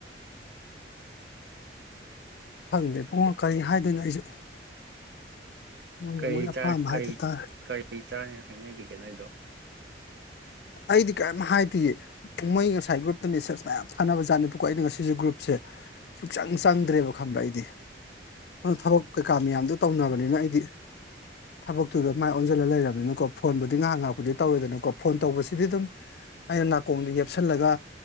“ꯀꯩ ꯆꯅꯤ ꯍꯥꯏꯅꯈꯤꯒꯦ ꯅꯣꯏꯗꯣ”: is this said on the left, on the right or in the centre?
Right